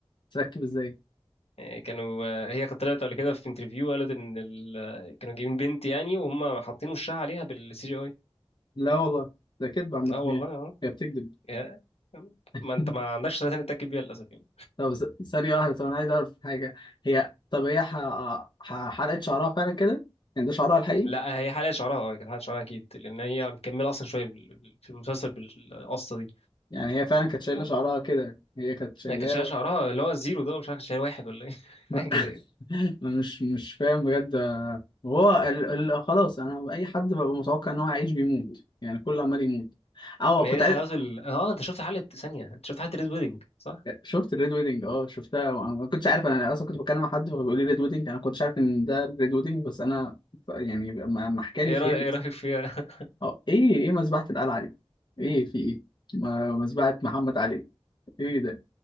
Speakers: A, on the left; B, on the left.
A: تركب ازاي
B: آه، كانوا آه، هي كانت طلعت قبل كده في انترفيو قالت ان ال... آه، كانوا جايبين بنت يعني وهم حاطين وشها عليها بالسي جي اي
A: لا والله ده كدب عامة
B: لا والله
A: هي
B: اه
A: هي بتكذب
B: يا-
A: <laughs>
B: ما انت ما عندكش ثلاثه تتاكد بيها للاسف يعني
A: طب س- ثانية واحدة طب أنا عايز أعرف حاجة هي طب هي ح... ح... حلقت شعرها فعلا كده؟ يعني ده شعرها الحقيقي؟
B: لا هي حاليا شعرها اه كانت حاليا شعرها اكيد لان هي مكمله اصلا شويه بال- بال- في المسلسل بالقصه دي
A: يعني هي فعلا كانت شايلة
B: آه.
A: شعرها كده هي كانت شايلاه
B: ما كانتش لها شعرها اللي هو الزيرو ده مش عارف كانت شايل واحد ولا ايه
A: <laughs>
B: <laughs>
A: ما-
B: حاجه كده يعني
A: أنا مش مش فاهم بجد هو ال... ال... خلاص أنا أي حد ببقى متوقع إن هو هيعيش بيموت يعني كله عمال يموت أه
B: ما
A: كنت
B: هي دي
A: عايز
B: حلاوه ال... اه انت شفت حلقه ثانيه انت شفت حلقه ريد ويدنج صح؟
A: شفت الريد ويدنج اه شفتها وانا ما كنتش عارف انا اصلا كنت بتكلم مع حد فهو بيقول لي ريد ويدنج انا ما كنتش عارف ان ده الريد ويدنج بس انا ف- يعني لما لما حكى
B: ايه
A: لي فهمت
B: رأي- إيه رايك فيها
A: اه ايه ايه مذبحة القلعة دي ايه في ايه ما- مذبحة محمد علي ايه ده